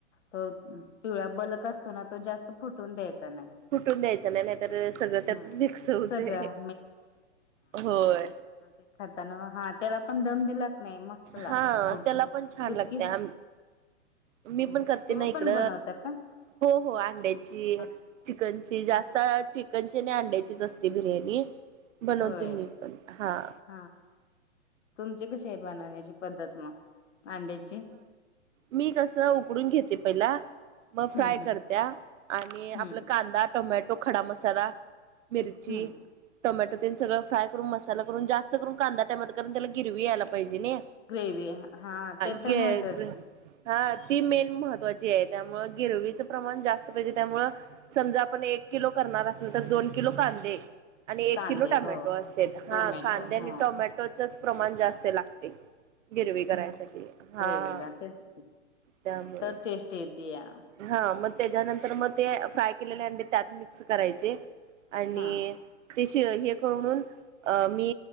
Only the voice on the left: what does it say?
तो पिवळ्या बलक असतो ना तो जास्त फुटून द्यायचा नाही.
हा
सगळं
म ते खाताना हा त्याला पण दम दिलात नाही मस्त लागत
तो
तुटकी
तुम्ही
पण बनवता का
हा
हा
होय
हा तुमची कशी आहे बनवण्याची पद्धत मग अंड्याची.
हं, हं,
हं,
हं.
ग्रेवी हा ते
तर महत्वाचं.
कांदे
हो, हो.
टोमॅटो
हं,
ग्रेवी ला तेच
तर टेस्ट येतीया.
हां,